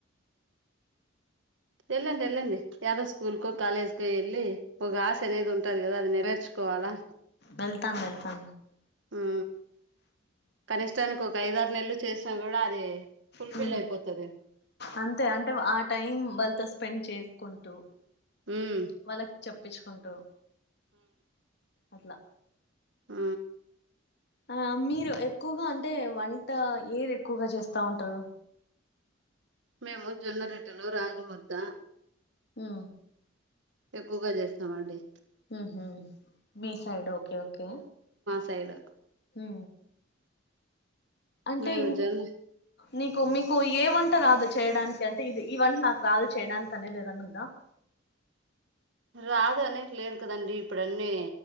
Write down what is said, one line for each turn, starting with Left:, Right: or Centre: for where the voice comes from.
Right: ఏళ్లండి ఏళ్లండి ఏదో స్కూల్కో కాలేజ్కో వెళ్ళి ఒక ఆశ అనేది ఉంటది కదా అది నెరవెర్చుకోవాలి
Left: వెళ్తా వెళ్తానా
Right: ఉ కనిష్టానికి ఒక ఐదారు నెలలు చేసినా కూడా అది, ఫుల్ఫిల్
Left: హ
Right: అయిపోతది
Left: అంతే అంటే ఆ టైం వాళ్ళతో స్పెండ్ చేసుకుంటూ
Right: ఉమ్
Left: వాళ్ళకి చెప్పించుకుంటూ అట్లా
Right: ఆ
Left: ఆ మీరు ఎక్కువగా అంటే వంట ఏది ఎక్కువగా చేస్తా ఉంటారు.
Right: మేము జొన్న రెట్టెలు, రాగిముద్ద
Left: ఆ
Right: ఎక్కువగా చేస్తామండి.
Left: ఉహు మీ సైడ్ ఓకే ఓకే
Right: సైడు
Left: హు అంటే
Right: మేము
Left: ఇం
Right: జొన్న
Left: నీకు మీకు ఏ వంట రాదు చేయడానికి అంటే ఇది ఈ వంట నాకు రాదు చేయడానికి అనేది ఏదనా ఉందా, <unintelligible>
Right: రాదు అనేసి లేదు కాదండి ఇప్పుడున్నీ